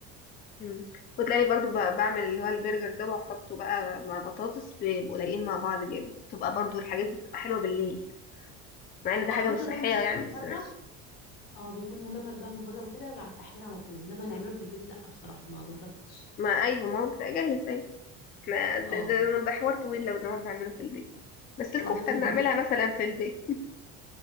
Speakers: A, on the left (about 25°); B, on the left (about 80°).
A: مم. وتلاقيني برضو ب- بعمل اللي هو البرجر ده واحطه بقى مع بطاطس بيبقوا لايقين مع بعض جامد بتبقى برضو الحاجات دي بتبقى حلوه بالليل مع ان
B: اه
A: ده حاجه
B: البرجر
A: مش صحيه
B: بقى بنشتريه
A: يعني
B: من
A: بس
B: بره
A: ماشي
B: اه بيكون مجمد بقى من بره وكده بعد التحمير على طول انما نعمله في البيت لا بصراحه ما جربتش
A: ما ايوه ما هو بتبقى جاهز اهي احنا ده,
B: اه
A: ده, ده حوار طويل لو نقعد نعمله في البيت بس
B: حوار
A: الكفته
B: طويل
A: بنعملها
B: جدا
A: مثلا في البيت <laughs>